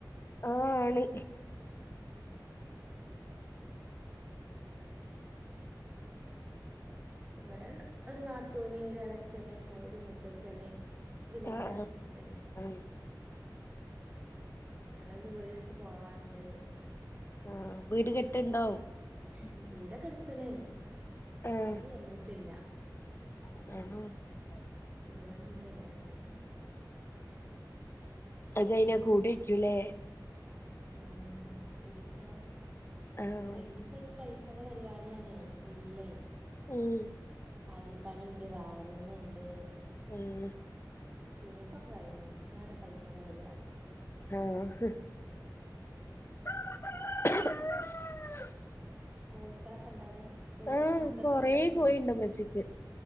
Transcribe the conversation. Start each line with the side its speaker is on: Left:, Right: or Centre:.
Left: ആഹ് ആണ്
Right: ഇവടെ ഒരു നാത്തൂന് ഒരു എളച്ചന് മു ഒരു മൂത്തച്ഛന് പിന്ന
Left: ആഹ്
Right: ഞാനും അങ്ങനെ.
Left: <inaudible>
Right: ഞങ്ങൾ ഇഞ്ഞി വീട് ട്ത്ത് പോവാണ്ട്.
Left: ആഹ് വീട്ട്ല് കെട്ട്ണ്ടോ?
Right: ഉം വീടക്കെ എട്ത്ത്ണ്
Left: ആഹ്
Right: പണി കഴിഞ്ഞിട്ടില്ല.
Left: <inaudible>
Right: ഒരുപാട്ഞ്ഞ് കയ്യാണ്ട്.
Left: അത് കഴിഞ്ഞാ കൂടേക്ക്യുലേ?
Right: ഉം കുടിര്ക്കണം
Left: ആഹ്
Right: പണി കഴിഞ്ഞിപ്പ ഇഞ്ഞി പൈസടെ പരിപാടിയാണെ. ഉള്ളേ
Left: ഉം
Right: അടിപ്പണിണ്ട് വയറിങ്ങ്ണ്ട്.
Left: ആഹ്.
Right: തേപ്പൊക്കെ കഴിഞ്ഞ്ണ് ഞാണ് പൈസന്റെ പരിപാടി.
Left: ആഹ് ഹ് <inaudible>
Right: കോഴിക്കളക്കെണ്ടടെ? കോഴിക്കളെ
Left: ആഹ്
Right: സൗണ്ടൊക്കെ
Left: കൊറേ
Right: കേൾക്ക്ണ്ട്.
Left: കോഴിണ്ട് ഉമ്മച്ചിക്ക്